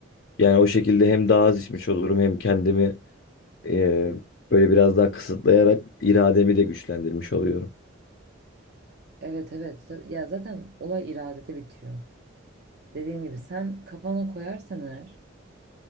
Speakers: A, on the left; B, on the right.
A: Yani o şekilde hem daha az içmiş olurum hem kendimi e, böyle biraz daha kısıtlayarak irademi de güçlendirmiş oluyorum.
B: Evet evet Tabii- ya zaten olay iradede bitiyor. Dediğim gibi sen kafana koyarsan eğer